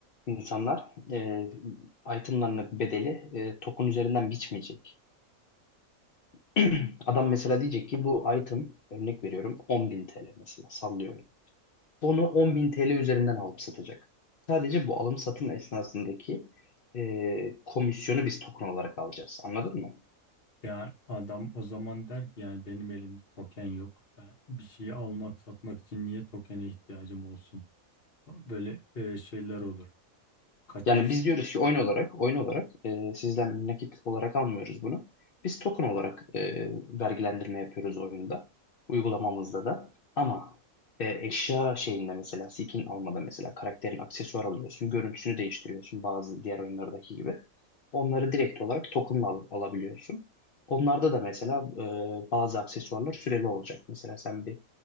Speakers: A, on the left; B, on the left.
A: İnsanlar e, itemlarının bedeli e, TOK'un üzerinden biçmeyecek. <clears throat> Adam mesela diyecek ki bu item örnek veriyorum 10.000 TL mesela sallıyorum. Onu 10.000 TL üzerinden alıp satacak. Sadece bu alım satım esnasındaki e, komisyonu biz token olarak alacağız. Anladın mı?
B: Yani adam o zaman der ki yani benim elimde token yok. Ben bir şeyi almak satmak için niye tokene ihtiyacım olsun? Böyle e, şeyler olur. Kaçak
A: Yani
B: sit-
A: biz diyoruz ki oyun olarak, oyun olarak e, sizden nakit olarak almıyoruz bunu. Biz token olarak e, vergilendirme yapıyoruz oyunda, uygulamamızda da. Ama e, eşya şeyinde mesela skin almada mesela karakterin aksesuar alıyorsun, görüntüsünü değiştiriyorsun bazı diğer oyunlardaki gibi. Onları direkt olarak tokenla al- alabiliyorsun. Onlarda da mesela e, bazı aksesuarlar süreli olacak. Mesela sen bir